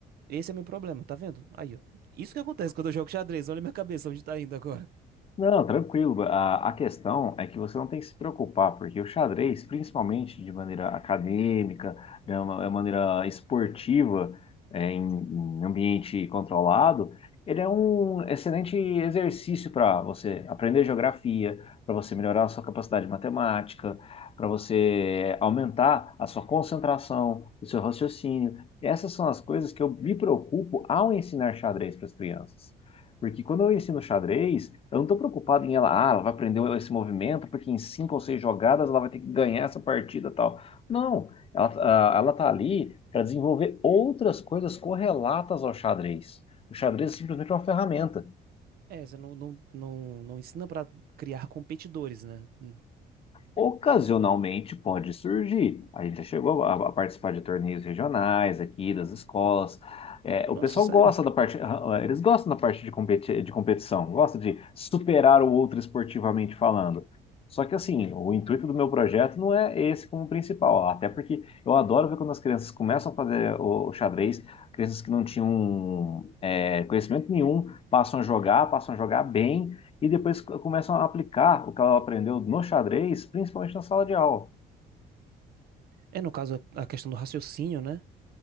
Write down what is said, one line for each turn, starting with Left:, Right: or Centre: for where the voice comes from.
Right: Esse é meu problema, tá vendo? Aí, ó. Isso que acontece quando eu jogo xadrez. Olha minha cabeça, onde tá indo agora.
Left: Não, tranquilo. A, a questão é que você não tem que se preocupar, porque o xadrez, principalmente de maneira acadêmica, de uma, de maneira esportiva, é, em, em ambiente controlado, ele é um excelente exercício para você aprender geografia, para você melhorar a sua capacidade matemática, para você aumentar a sua concentração, o seu raciocínio. Essas são as coisas que eu me preocupo ao ensinar xadrez para as crianças. Porque quando eu ensino xadrez, eu não estou preocupado em ela, ah, ela vai aprender esse movimento, porque em cinco ou seis jogadas ela vai ter que ganhar essa partida e tal. Não, ela, ah, ela tá ali para desenvolver outras coisas correlatas ao xadrez. O xadrez é simplesmente uma ferramenta.
Right: É, você não, não, não, não ensina pra criar competidores, né? Hum.
Left: Ocasionalmente pode surgir. A gente já chegou a, a participar de torneios regionais aqui, das escolas. É, o
Right: Nossa,
Left: pessoal
Right: sério?
Left: gosta da parte, ah, ah, eles gostam da parte de, competi de competição, gosta de superar o outro esportivamente falando. Só que assim, o intuito do meu projeto não é esse como principal, até porque eu adoro ver quando as crianças começam a fazer o xadrez, crianças que não tinham é, conhecimento nenhum, passam a jogar, passam a jogar bem e depois c- começam a aplicar o que ela aprendeu no xadrez, principalmente na sala de aula.
Right: É, no caso, a a questão do raciocínio, né?